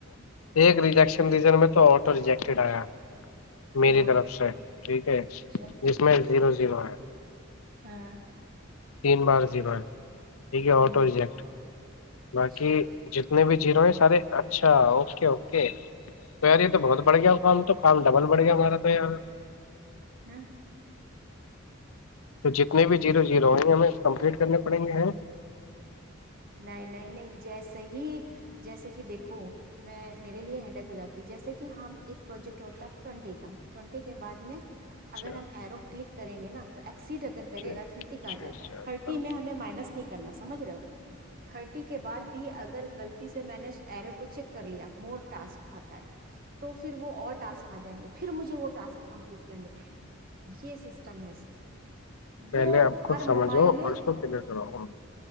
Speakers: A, on the left; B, on the right.
A: ایک ریجیکشن ریزن میں تو آٹو ریجیکٹیڈ آیا میری
B: ہوں
A: طرف سے ٹھیک ہے
B: اچھا
A: جس میں زیرو جی بار
B: ہاں
A: تین بار زیب ہے یک ہے
B: ہوں
A: آٹوجیکٹ باقی
B: اچھا
A: ج اتنے بھی جیرو ہیں سارے اچھا اوکے اوکے تو یار یہ تو بہت بڑھ گیا ہو خم تو خم ڈبل بڑھ گیا ہمارا تو یار
B: ہوں
A: تو جتنے بھی جیرو جیرو ہئ گے ہمیں کمپلیٹ کرنے پڑیں گے ہیں
B: نہیں نہیں نہیں جیسے ہی جیسے کہ دیکھو میں میرے لیے ہیڈیک ہو جاتی جیسے کہ ہم ایک پروجیکٹ ہوتا ٹونٹی کا ٹونٹی کے بعد میں اگر
A: چھ
B: ہم ایرو کلک کریں گے نا تو سیڈ اگر کرے
A: چھ
B: گا تھرٹی کا
A: چھ
B: جاتا ہے
A: چار
B: تھرٹی
A: سات۔
B: میں ہمیں مائنس نہیں کرنا سمجھ رہے ہو تھرٹی کے بعد بھی اگر غلطی سے میں نے ارو کو چیک کر لیا مور ٹسک آتا ہے تو پھر وہ اور ٹسک آ جائیں گے پھر مجھے وہ ٹاسک کمپلیٹ کرنے پڑیں گے یہ سسٹم ہے اس میں
A: پہلے
B: وہ
A: آپ خود
B: ہر
A: سمجھو
B: موبائل میں
A: اور اس کو کلیئر کروؤ